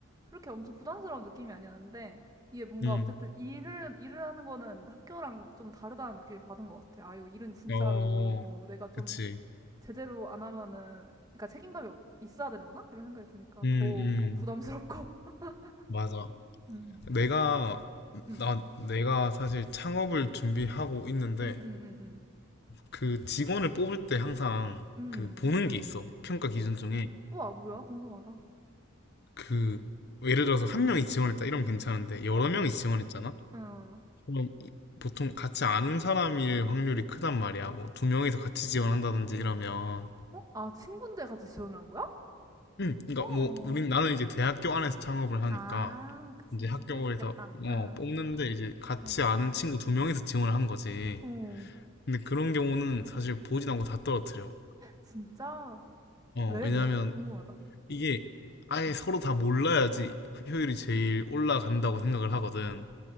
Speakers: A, on the right; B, on the left.
A: 그렇게 엄청 부담스러운 느낌이 아니었는데, 이게 뭔가
B: 음,
A: 어쨌든 일을, 일을 하는 거는 학교랑 좀 다르다는 느낌을 받은 것 같아. 아, 이거 일은 진짜로,
B: 음. 어,
A: 어, 내가 좀
B: 그치.
A: 제대로 안 하면은, 그러니까 책임감이 없- 있어야 되는구나? 이런 생각이 드니까
B: 음,
A: 더
B: 음,
A: 부담스럽고.
B: 맞아.
A: <laughs> 음,
B: 내가,
A: 음,
B: 나, 내가 사실 창업을 준비하고 있는데,
A: 음, 음, 음,
B: 그 직원을 뽑을 때 항상
A: 음. 음.
B: 그 보는 게 있어. 평가 기준 중에.
A: 우와, 뭐야? 궁금하다.
B: 그, 예를 들어서 한 명이 지원했다. 이러면 괜찮은데, 여러
A: 응,
B: 명이 지원했잖아?
A: 응.
B: 그럼 보통 같이 아는 사람일 확률이 크단 말이야. 뭐 두 명이서 같이 지원한다든지 이러면,
A: 어? 아, 친구인데 같이 지원을 한 거야?
B: 음, 그러니까
A: 어.
B: 뭐 우린 나는 이제 대학교 안에서 창업을 하니까
A: 아, 그치,
B: 이제
A: 그치.
B: 학교에서
A: 그럴 수 있겠다.
B: 어,
A: 응.
B: 뽑는데 이제 같이
A: 응
B: 아는 친구 두 명이서 지원을 한 거지.
A: 오,
B: 근데 그런 경우는 사실 보지도 않고 다 떨어뜨려.
A: 진짜?
B: 어,
A: 왜,
B: 왜냐하면
A: 왜? 궁금하다.
B: 이게 아예
A: 응.
B: 서로 다 몰라야지 효율이 제일 올라간다고 생각을 하거든.